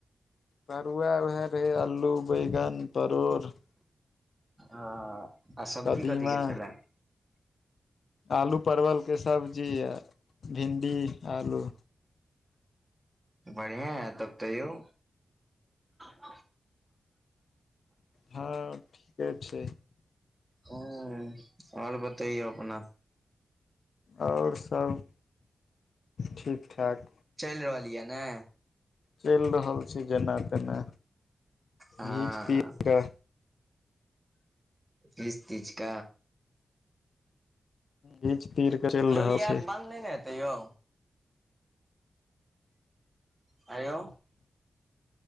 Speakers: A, on the left; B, on the right.
A: तरुआ उएह रह आलू बैगन परोर
B: आ आ सब्जी
A: कदीमा
B: कथी के छलै
A: आलू परवल के सब्जी य भिंडी आलू
B: बढ़िआ है तब त यौ <unintelligible>
A: हँ ठीके छै
B: ह्म और बतइयौ अपना
A: और सब ठीक ठाक
B: चलि रहल यऽ ने
A: चलि रहल छै जेना तेना
B: हँ
A: घीच तीर कऽ
B: घिच तीच क
A: घीच तीर के चलि
B: हो
A: रहल
B: ई
A: छै
B: ऐप बन्द नहि ने हेतै यौ हँ अयौ